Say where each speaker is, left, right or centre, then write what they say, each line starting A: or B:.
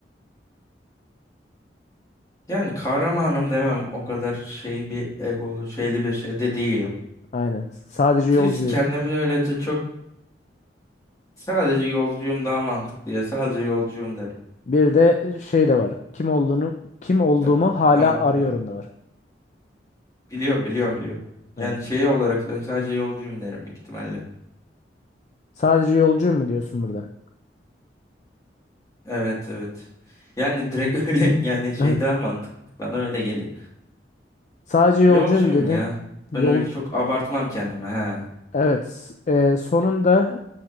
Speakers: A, on the left; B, on the left.
A: Yani kahramanım demem o kadar şey bir egolu şeyli bir şey de değilim.
B: Aynen. Sadece
A: Siz
B: yolcuyum.
A: kendimi öyle de çok sadece yolcuyum daha mantıklı ya sadece yolcuyum derim.
B: Bir de e, şey de var. Kim olduğunu, kim olduğumu
A: Tamam.
B: hala
A: Tamam
B: arıyorum
A: biliyorum.
B: da var.
A: Biliyorum biliyorum biliyorum. Yani
B: Ha.
A: şey olarak ben sadece yolcuyum derim büyük ihtimalle.
B: Sadece yolcuyum mu diyorsun burada?
A: Evet evet. Yani direkt <laughs> öyle yani
B: <laughs>
A: şey daha mantıklı. Bana öyle geliyor.
B: Sadece yolcuyum
A: Yolcuyum
B: dedin.
A: ya.
B: Yol
A: Ben öyle çok abartmam kendime. he.
B: evet. s- e, sonunda